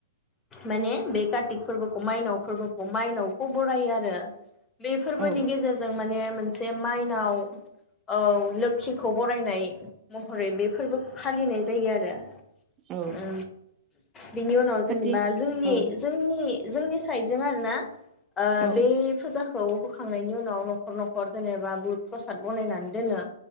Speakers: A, on the left (about 20°); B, on the right (about 25°).
A: माने बे कारतिक फोरबोखौ मायनाव फोरबोखौ माइनाव खौ बरायो आरो। बे फोरबोनि
B: औ
A: गेजेरजों माने मोनसे माइनाव औ लोखिखौ बरायनाय महरै बे फोरबोखौ फालिनाय जायो आरो।
B: औ
A: ओ बिनि उनाव
B: खाथि
A: जेनेबा जोंनि
B: औ
A: जोंनि जोंनि साइदजों आरो ना ओ
B: औ
A: बे फोजाखां खौ होखांनायनि उनाव न'खर न'खर जेनेबा बुद-प्रसाद बनायनानै दोनो